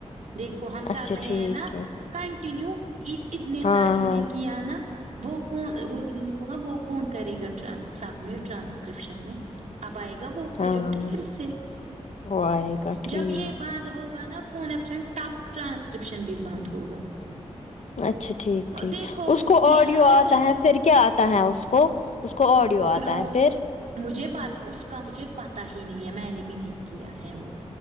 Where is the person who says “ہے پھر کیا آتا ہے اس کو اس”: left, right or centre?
Left